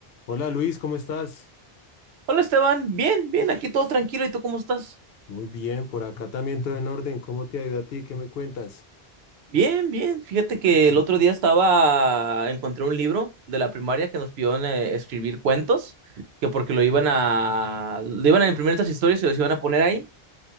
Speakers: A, on the left; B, on the right.
A: Hola Luis, ¿cómo estás?
B: Hola Esteban, bien, bien, aquí todo tranquilo. ¿Y tú cómo estás?
A: Muy bien, por acá también todo en orden. ¿Cómo te ha ido a ti? ¿Qué me cuentas?
B: Bien, bien. Fíjate que el otro día estaba, encontré un libro de la primaria que nos pidió eh, escribir cuentos, que porque lo iban a, lo iban a imprimir estas historias y los iban a poner ahí.